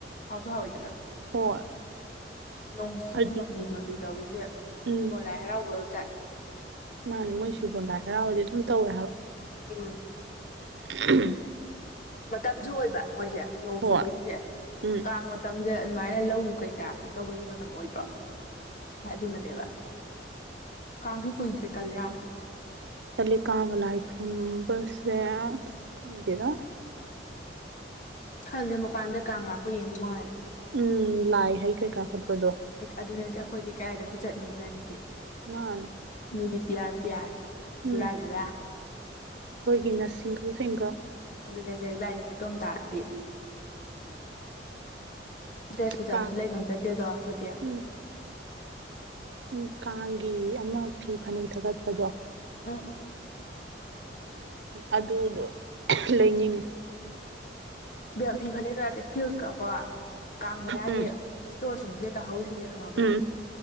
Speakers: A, on the left; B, on the right.
A: ꯍꯥꯎꯁꯨ ꯍꯥꯎꯋꯤꯗꯅ
B: ꯍꯣꯏ
A: ꯅꯣꯡꯁꯤꯁꯨ
B: ꯍꯥꯏꯗꯤ
A: ꯑꯗꯨꯝ ꯃꯪꯂꯤ ꯃꯪꯂꯤ ꯇꯧꯔꯤꯁꯦ
B: ꯎꯝ
A: ꯁꯤꯐꯥꯎ ꯂꯥꯛ ꯍꯦꯔꯥꯎꯒꯜ ꯆꯥꯟ
B: ꯃꯥꯅꯦ ꯃꯣꯏ ꯁꯤꯕꯣꯟ ꯂꯥꯏ ꯍꯔꯥꯎꯕꯗꯤ ꯑꯗꯨꯝ ꯇꯧꯋꯦ ꯍꯥꯏꯕ
A: ꯎꯝ
B: <inaudible>
A: ꯃꯇꯝꯁꯨ ꯑꯣꯏꯕ ꯃꯣꯏꯁꯦ ꯅꯣꯡ
B: ꯍꯣꯏ
A: ꯁꯨꯕꯒꯤꯁꯦ
B: ꯎꯝ
A: ꯀꯥꯡꯕ ꯃꯇꯝꯁꯦ ꯑꯗꯨꯃꯥꯏꯅ ꯂꯧ ꯀꯩꯀꯥ ꯀꯩꯅꯣ ꯇꯧꯕꯒꯤ ꯃꯇꯝ ꯑꯣꯏꯗ꯭ꯔꯣ ꯑꯗꯨꯅꯅꯦꯕ ꯀꯥꯡꯁꯨ ꯀꯨꯏꯗ꯭ꯔꯦ ꯇꯂ ꯌꯥꯝ
B: ꯇꯦ ꯀꯥꯒ ꯂꯥꯛꯏ ꯈꯨꯕꯁꯦ ꯈꯗꯦꯔ
A: ꯈꯪꯗꯦ ꯃꯄꯥꯟꯗ ꯀꯥꯡ ꯂꯥꯛꯄ ꯌꯦꯡꯗꯕ ꯃꯉꯥꯏꯔꯦ
B: ꯎꯝ ꯂꯥꯏ ꯍꯩ ꯀꯩꯀꯥ ꯀꯠꯄꯗꯣ
A: ꯑꯗꯨꯅꯁꯦ ꯑꯩꯈꯣꯏꯗꯤ ꯀꯗꯥꯏꯗꯕꯨ ꯆꯠꯅꯤ ꯏꯕꯥꯅꯤꯗꯤ
B: ꯃꯥꯅꯦ
A: ꯃꯤꯔꯤ ꯄꯤꯔ ꯄꯤꯌꯥꯔ ꯖꯨꯔꯥ
B: ꯎꯝ
A: ꯖꯨꯔꯥ
B: ꯑꯩꯈꯣꯏꯒꯤꯅ ꯁꯤꯡꯒꯧ ꯁꯤꯡꯒꯧ
A: ꯑꯗꯨꯗꯁꯨ ꯏꯕꯥꯔꯤꯅꯇꯣꯝ ꯇꯥꯔꯕꯤ ꯗ꯭ꯔꯦꯁ ꯐꯖꯕꯁꯨ
B: ꯀꯥꯡ
A: ꯂꯩ ꯉꯝꯖꯗꯦꯗꯣ ꯑꯩꯈꯣꯏꯗꯤ
B: ꯎꯝ ꯎꯝ ꯀꯥꯡꯒꯤ ꯑꯃ ꯐꯤ ꯐꯅꯦꯛ ꯊꯥꯒꯠꯄꯗꯣ
A: ꯎꯝ ꯎꯝ
B: ꯑꯗꯨꯗꯣ ꯂꯩꯅꯤꯡꯉꯤ
A: ꯌꯥꯝ ꯐꯤ ꯐꯅꯦꯛꯛꯇ ꯅꯠꯇꯦ ꯍꯤꯜꯁꯀ ꯀꯣ ꯀꯥꯡ ꯃꯌꯥꯒꯤ
B: ꯎꯝ
A: ꯏꯁꯇꯣꯔꯁꯤꯡꯁꯦ ꯇꯥꯍꯧꯁꯤ ꯈꯕ꯭ꯔꯥ
B: ꯎꯝ